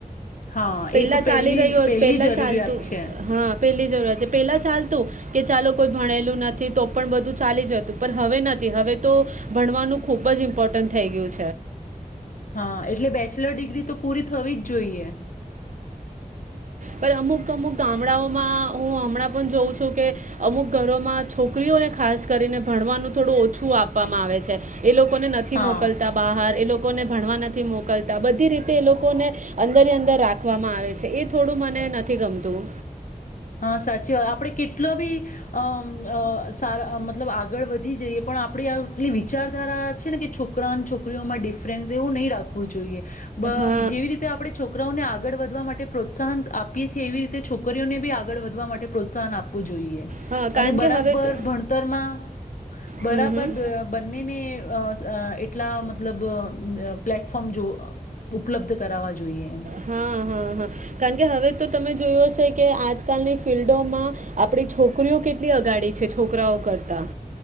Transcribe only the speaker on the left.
હા
એ તો
પહેલી
પહેલી
જરૂરિયાત
છે
હા એટલે બે ચલર ડિગ્રી તો પૂરી થવી જ જોઈએ
હા
હા સાચી વાત, આપણે કેટલો બી અમ અ સારા મતલબ આગળ વધી જઈએ પણ આપણી આટલી વિચારધારા છે ને કે છોકરા અને છોકરીઓમાં ડિફરન્સ એવું નઈ રાખવું જોઈએ. બ
જેવી રીતે આપણે છોકરાઓને આગળ વધવા માટે પ્રોત્સાહન આપ પીએ એવી રીતે છોકરીઓને બી આપ આગળ વધવા માટે પ્રોત્સાહન આપવું જોઈએ.
અને બરાબર
ભણતરમાં
બરાબર
બ બંનેને અ અ એટલા મતલબ પ્લેટફોર્મ જો ઉપલબ્ધ કરાવવા જોઈએ. એમ